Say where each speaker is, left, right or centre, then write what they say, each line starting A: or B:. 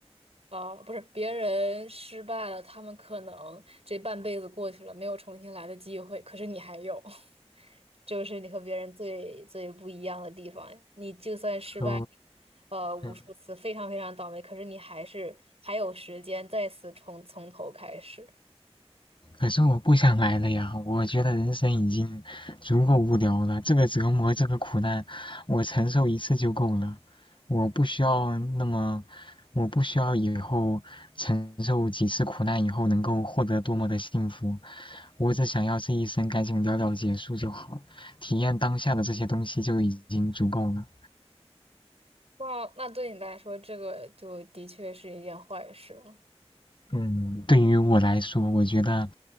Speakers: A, on the right (about 65°); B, on the left (about 50°).
A: 啊、不是别人失败了，他们可能这半辈子过去了，没有重新来的机会，可是你还有，<laughs> 这就是你和别人最最不一样的地方呀。你就算失败，
B: 可
A: 呃，无数次，
B: 嗯，
A: 非常非常倒霉，可是你还是还有时间再次从从头开始。
B: 可是我不想来了呀，我觉得人生已经足够无聊了，这个折磨，这个苦难，我承受一次就够了，我不需要那么，我不需要以后承受几次苦难以后能够获得多么的幸福，我只想要这一生赶紧了了结束就好，体验当下的这些东西就已经足够了。
A: 那那对你来说，这个就的确是一件坏事了。
B: 嗯，对于我来说，我觉得